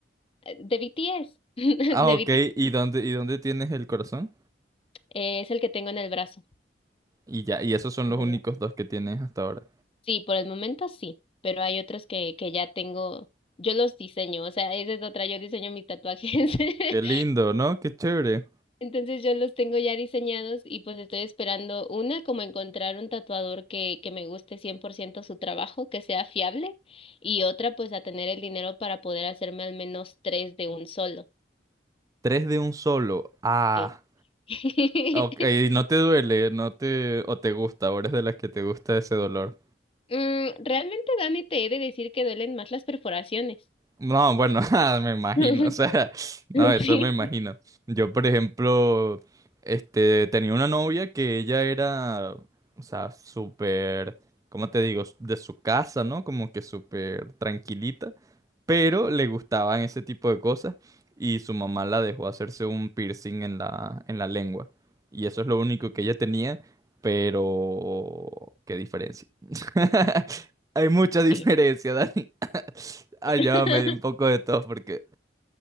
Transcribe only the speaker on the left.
las, de BTS, <laughs>
de
BTS,
eh, es el que tengo en el brazo.
en
el
brazo.
Sí, por el momento sí, pero hay otros que, que ya tengo, yo los diseño, o sea, esa es otra, yo diseño mis tatuajes.
<laughs>
Entonces yo los tengo ya diseñados y pues estoy esperando una, como encontrar un tatuador que, que me guste 100% su trabajo, que sea fiable, y otra pues a tener el dinero para poder hacerme al menos tres de un solo.
Sí. <laughs>
Mm, realmente, Dani, te he de decir que duelen más las perforaciones.
<laughs>
Sí,
sí.
<laughs>